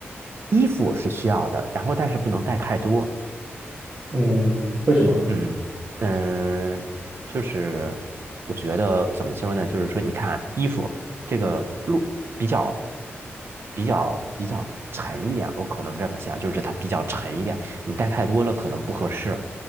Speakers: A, on the right; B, on the right.
A: 衣服是需要的，然后但是不能带太多。
B: 嗯，为什么？
A: 嗯嗯，就是我觉得怎么说呢？就是说，你看衣服这个路比较比较比较沉一点，我可能这么想，就是它比较沉一点，你带太多了可能不合适。